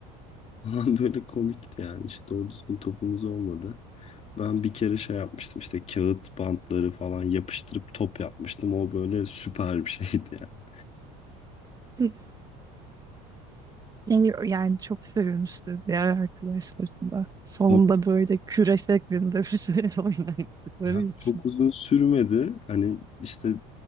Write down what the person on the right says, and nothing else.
Geliyor. Yani yani çok sevmiştim diğer arkadaşlarımla. Sonunda
böyle küre şeklinde bir şey <laughs> oynattıkları
için.